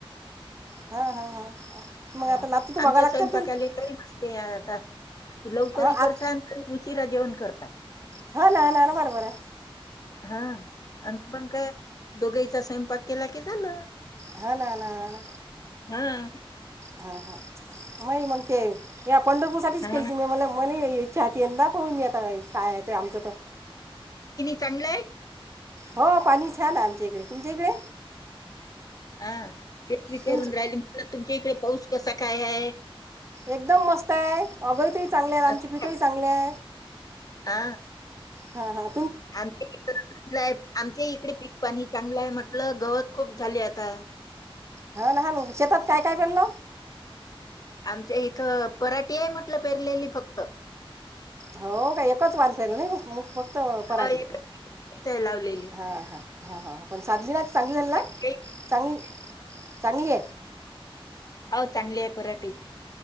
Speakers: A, on the right (about 30°); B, on the left (about 40°).
A: हां हां हां मग
B: हा
A: आता नातू तर बघावं
B: आमच्या
A: लागते
B: स्वयंपाकाले
A: आपल्याला
B: टाईम असते आता तू लवकर
A: हां आत
B: करसाय तरी उशीरा जेवण करताय
A: हा ना ना बरोबर आहे
B: हा आणि पण काय दोघाईचा स्वयंपाक केला की झालं
A: हा ना ना ना
B: हं
A: हा हा म मग ते या पंढरपूर साठीच
B: हं
A: केलेत मी म्हंटले मले इच्छा हो ना ब मी आता काय ते आमचं तर
B: चांगलंय
A: हो पाणी छान आहे आमच्या इकडे तुमच्या इकडे
B: हा तेच विचारून
A: तुमची
B: राहिले तुमच्या इकडे पाऊस कस काय आहे
A: एकदम मस्त आहे अगयतही चांगल्या आहेत आमची
B: असं.
A: पिकही चांगले आहेत
B: हा
A: हा हा
B: आमच्या इथ आमच्या इकडे पीक पाणी चांगलं आहे म्हटलं गवत खूप झाले आता.
A: हा न ह शेतात काय काय पेरल?
B: आमच्या इथं पराठी आहे म्हटलं पेरलेली फक्त.
A: हो काय एकच वासांयला नाही मग फक्त पराठे
B: हा एकच आहे लावलेली
A: हा ह ह ह पण साधली ना चांगली झालं ना
B: बाकी काही
A: चांगली चांगली आहे
B: हो चांगली आहे पराठीे